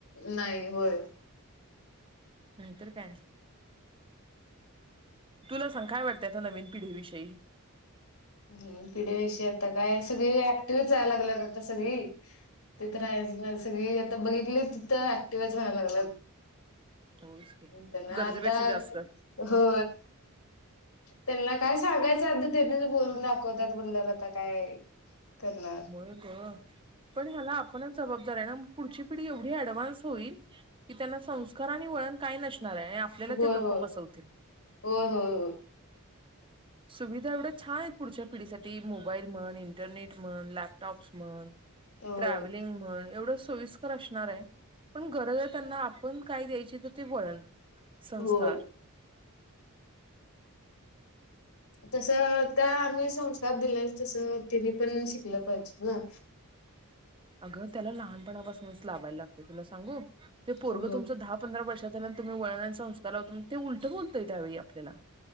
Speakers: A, on the left; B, on the right.
A: नाही. होय.
B: नाहीतर काय. तुला सांग काय वाटतं? आता नवीन पिढीविषयी
A: हम्म. पिढ्याविषयी आता काय सगळी ऍक्टिव्हच व्हायला लागल्या करता सगळी. तिथं राहायचं म्हणजे सगळी आता बघितली, तिथं ऍक्टिवच व्हायला लागलात.
B: होच की
A: त्यांना
B: गरजेपेक्षा
A: आता
B: जास्त
A: हो त्यांना काय सांगायचं अगदी तेनीच बोलून दाखवतात. म्हणल आता काय? करणार
B: होय ग, पण ह्याला - म्हणून जबाबदाऱ्या पुढची पिढी एवढी ऍडव्हान्स होईल, की त्यांना संस्कार आणि वळण काही नसणार. अस झालंय आपल्याला
A: होय
B: ते गप्प
A: होय
B: बसवतील.
A: होय होय
B: सुविधा एवढ्या छान आहेत पुढच्या पिढीसाठी मोबाईलमुळं अन इंटरनेट म्हणं, लॅपटॉप्स म्हणं,
A: होय
B: ट्रावलिंग म्हण एवढ सोईस्कर असणार आहे. पण गरज आहे त्यांना आपण काय द्यायची? तर ते वळण. संस्कार
A: होय होय तसं त्या आम्ही संस्कार दिले, तसं तिनी पण शिकलं पाहिजे ना.
B: अगं त्याला लहानपणापासूनच लाभायला लागते तुला सांगू ते पोरग
A: हो
B: तुमचं दहा पंधरा वर्ष तुम्ही वळणा संस्कार ला होता ते उलट बोलतोय त्यावेळी आपल्याला.